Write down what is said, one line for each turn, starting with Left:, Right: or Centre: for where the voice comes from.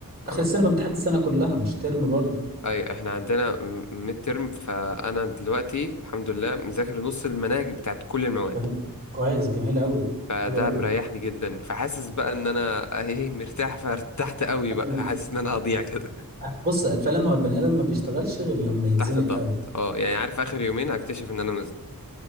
Right: اخر
Left: اه
Right: السنه بامتحن السنه كلها مش ترم برضه
Left: اي احنا عندنا ميد ترم فانا دلوقتي الحمد لله مذاكر نص المناهج بتاعت كل المواد
Right: طب كويس جميل قوي
Left: فده
Right: حلو قوي
Left: مريحني جدا فحاسس بقى ان انا ايه مرتاح فارتحت قوي
Right: <laughs>
Left: بقى حاسس ان انا هضيع كده
Right: آه. بص فعلا هو البني ادم ما بيشتغلش غير لما يتزنق
Left: تحت الضغط
Right: قوي
Left: اه يعني عارف اخر يومين هكتشف ان انا مز...